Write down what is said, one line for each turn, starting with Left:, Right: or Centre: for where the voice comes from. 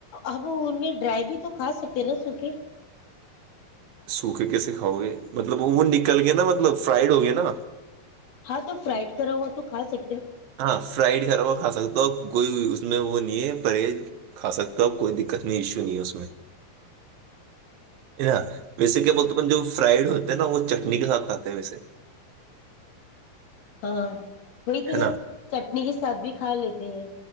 Left: اب ان میں ڈرائی بھی تو کھا سکتے نا سوکھے
Right: سوکھے کیسے کاؤ گے مطلب وہ نکل گئے نا مطلب فرائیڈ ہو گئے نا
Left: ہاں تو فرائیڈ کراؤا تو کا سکتے ہیں
Right: ہاں فرائڈ کرا ہوا کھا سکتا ہو کوئی اس میں وہ نہیں ہے پرہیز کا سکتا کوئی دقت نہیں ایشو نہیں ہے اس س <unintelligible> ن ویسے کیا بولتے اپ جو فرائڈ ہوتے ہیں نا وہ چٹنی کے ساتھ کھاتے ہیں ویسے
Left: ہاں وہی توھر
Right: ہے نا
Left: چٹنی کے ساتھ بھی کھا لیتے ہیں